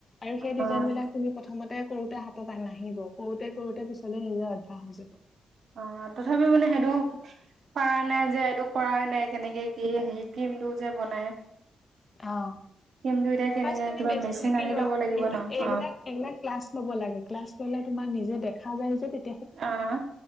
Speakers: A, on the left; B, on the right.
A: আৰু সেই ডিজাইন
B: অ',
A: বিলাক তুমি প্ৰথ তে কৰোঁতে হাতত নাহিব কৰোঁতে কৰোঁতে পিছলে নিজে অভ্যাস হৈ যাব।
B: অ', তথাপিও মানে সেইটো পাৰা নাই যে এইটো কৰা নাই কেনেকে কি হে ক্ৰীমটো যে বনাই।
A: অ'।
B: ক্ৰীমটো এতিয়া কেনেকে
A: ফাৰ্ষ্ট তুমি
B: কিবা
A: বেসটো
B: মেচিন
A: শিকি
B: আনি
A: লোৱা,
B: ল'ব লাগিব
A: এইটো
B: ন?
A: এইবিলাক
B: অ',
A: এইবিলাক ক্লাছ ল'ব লাগে ক্লাছ ল'লে তোমাৰ নিজে দে খা যায় যে কেত
B: অ',